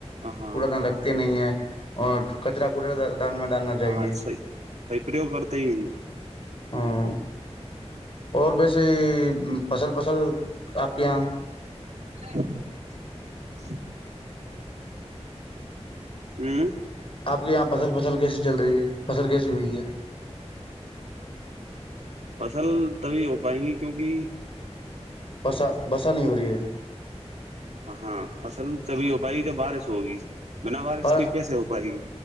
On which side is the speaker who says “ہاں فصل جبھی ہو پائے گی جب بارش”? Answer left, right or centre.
Right